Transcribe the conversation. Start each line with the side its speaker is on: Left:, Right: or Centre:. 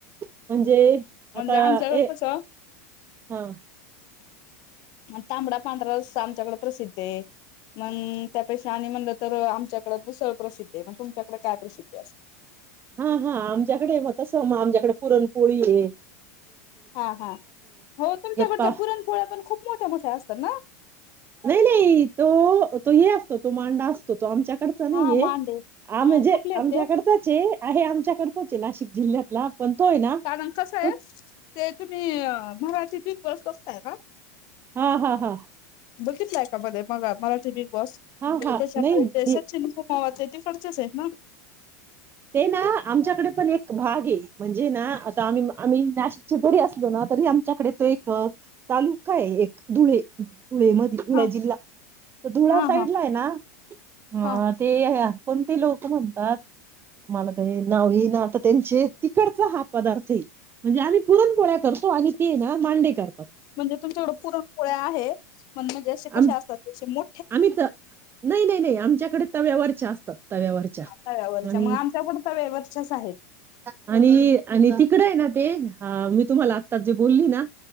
Right: म्हणजे
Left: म्हणजे
Right: आता
Left: आमच्या वेळी
Right: ए
Left: कसं
Right: हा
Left: तांबडा आमरस आमच्याकड प्रसिद्ध ये मंग त्यापेक्षा आणि म्हणलं तर आमच्याकडे मिसळ प्रसिद्ध आहे म्हणजे तसं तुमच्याकडे काय अस
Right: हा ह आमच्याकडे म् तसं म आमच्याकडं पुरणपोळी ये
Left: हा हा हो तुमच्याकडच्या
Right: पा
Left: पुरणपोळ्या पण खूप मोठ्या मोठ्या असता ना?
Right: नही नही तो हे असतो तो मांडा असतो तो आमच्या आमच्याकडचा नाहीये
Left: हा मांडे हा
Right: म्हणजे
Left: कुठले आहेत
Right: आमच्याकडचाच
Left: ते
Right: आहे आहे आमच्याकडे नाशिक जिल्ह्यातला पण तो आहे ना
Left: कारण कसंय
Right: तो
Left: ते तुम्ही मराठी बिग बॉस <unintelligible>
Right: हा हाहा
Left: बघितला आहे का मराठी बिग <unintelligible> बॉस
Right: हा हा
Left: त्याच्यामध्ये
Right: नाही
Left: ते सचिन हो त्या तिकडच्याच आहेत ना
Right: तेना आमच्याकड पण एक भागये आम्ही नाशिकचे जरी असलो असलं ना तरी आमच्याकडे एक तालुका धुळे धुळे मधी
Left: हा
Right: जिल्हा धुळे
Left: हा
Right: साईटला
Left: हा
Right: आहे ना
Left: हा
Right: ते आ कोणते लोक म्हणतात मला काय नाव येईना आता त्यांचे तिकडचा हा पदार्थ ये म्हणजे आम्ही पुरणपोळ्या करतो आणि ती मांडे कर
Left: म्हणजे तुमच्याकडं पुरणपोळ्या आहे म्हण म्हणजे असे कसे
Right: आम
Left: असतात मो
Right: आम्ही नाही नाही नाही आमच्याकडे तव्यावरच्या असतात तव्यावरच्या
Left: तव्यावरच्या
Right: आणि
Left: मग आमच्याकडे तव्यावरच्याच आहेत
Right: आणि आणि ती इकडे आहे ना ते तुम्हाला मी आत्ताच जे बोलली ना